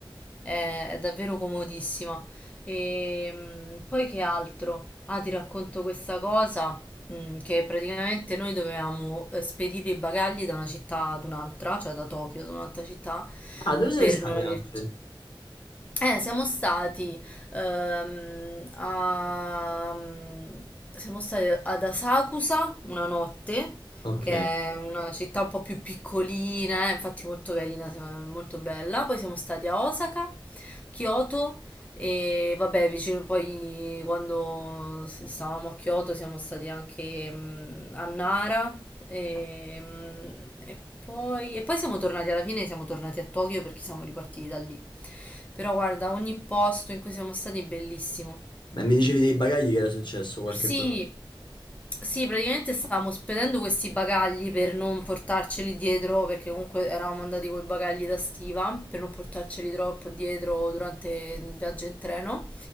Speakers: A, on the left (about 15°); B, on the left (about 60°).
A: è, è davvero comodissima. E, mh, poi che altro? Ah, ti racconto questa cosa, mh, che praticamente noi dovevamo eh, spedire i bagagli da una città ad un'altra, cioè da Tokyo ad un'altra città,
B: Ah, dove sei
A: per
B: stati
A: non aver...
B: anche?
A: Eh, siamo stati, ehm, a- siamo stati ad Asakusa una notte,
B: Ok.
A: che è una città un po' più piccolina, eh, infatti molto carina, se- molto bella. Poi siamo stati a Osaka, Kyoto e vabbè, vicino poi quando s- stavamo a Kyoto siamo stati anche mh, a Nara e, mh, e poi, e poi siamo tornati alla fine, siamo tornati a Tokyo perché siamo ripartiti da lì. Però guarda, ogni posto in cui siamo stati è bellissimo.
B: Ma mi dicevi dei bagagli che era successo qualche
A: Sì,
B: problema?
A: sì, praticamente stavamo spedendo questi bagagli per non portarceli dietro, perché comunque eravamo andati con i bagagli da stiva, per non portarceli troppo dietro durante il viaggio in treno.